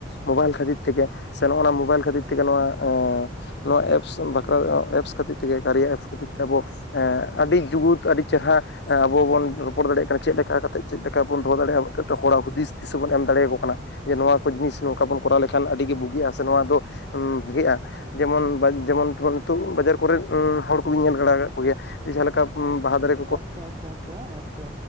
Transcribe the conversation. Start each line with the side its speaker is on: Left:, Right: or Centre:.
Left: ᱢᱳᱵᱟᱭᱤᱞ ᱠᱷᱟᱹᱛᱤᱨ ᱛᱮᱜᱮ ᱥᱮ ᱱᱚᱜᱼᱚ ᱱᱚᱣᱟ ᱢᱳᱵᱟᱭᱤᱞ ᱠᱷᱟᱹᱛᱤᱨ ᱛᱮᱜᱮ ᱱᱚᱣᱟ ᱮᱸ ᱱᱚᱣᱟ ᱮᱯᱥ ᱵᱟᱠᱷᱨᱟ ᱮᱯᱥ ᱠᱷᱟᱹᱛᱤᱨ ᱛᱮᱜᱮ ᱠᱟᱨᱭᱟ ᱮᱯᱥ ᱠᱷᱟᱹᱛᱤᱨ ᱛᱮ ᱟᱵᱚ ᱮ ᱟᱹᱰᱤ ᱡᱩᱜᱩᱫ ᱟᱹᱰᱤ ᱪᱮᱨᱦᱨᱟ ᱟᱵᱚ ᱵᱚᱱ ᱨᱚᱯᱚᱲ ᱫᱟᱲᱮᱭᱟᱜ ᱠᱟᱱᱟ ᱪᱮᱫ ᱞᱮᱠᱟ ᱠᱟᱛᱮᱜ ᱪᱮᱫ ᱞᱮᱠᱟ ᱵᱚᱱ ᱫᱚᱦᱚ ᱫᱟᱲᱮᱭᱟᱜᱼᱟ ᱦᱚᱲᱟᱜ ᱦᱩᱫᱤᱥ ᱫᱤᱥᱟᱹ ᱵᱚᱱ ᱮᱢ ᱫᱟᱲᱮᱠᱚ ᱠᱟᱱᱟ ᱡᱮ ᱱᱚᱣᱟ ᱠᱚ ᱡᱤᱱᱤᱥ ᱱᱚᱝᱠᱟ ᱵᱚᱱ ᱠᱚᱨᱟᱣ ᱞᱮᱠᱷᱟᱱ ᱟᱹᱰᱤᱜᱮ ᱵᱩᱜᱤᱜᱼᱟ ᱥᱮ ᱱᱚᱣᱟ ᱫᱚ ᱦᱩᱸ ᱵᱷᱟᱜᱤᱼᱟ ᱡᱮᱢᱚᱱ ᱡᱮᱢᱚᱱ ᱱᱤᱛᱚᱜ ᱵᱟᱡᱟᱨ ᱠᱚᱨᱮ ᱦᱚᱲ ᱠᱚᱵᱧ ᱧᱮᱞ ᱵᱟᱲᱟ ᱟᱠᱟᱫ ᱠᱚᱜᱮᱭᱟ ᱡᱟᱦᱟᱸᱮᱠᱟ ᱵᱟᱦᱟ ᱫᱟᱨᱮ
Right: ᱟᱪᱪᱷᱟ ᱟᱪᱪᱷᱟ ᱟᱪᱪᱷᱟ ᱛᱚ